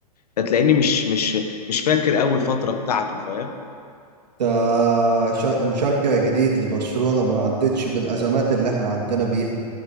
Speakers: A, on the left (about 70°); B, on the right (about 85°).
A: فتلاقيني مش مش مش فاكر اول فترة بتاعته فاهم
B: ده شا- مشجع جديد لبرشلونة ما عدتش بالأزمات اللي احنا عدينا بيها